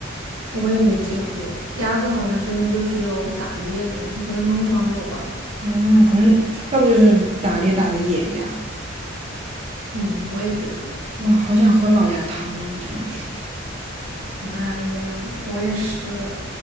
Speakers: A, on the right; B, on the right.
A: 我也没见过，鸭子好像真的就只有打猎的，可能农场有吧。
B: 嗯，可能要不就是打猎打的野鸭。
A: 嗯，我也觉得。
B: 哇，好想喝老鸭汤啊！你这样一说，
A: 妈呀，我也是。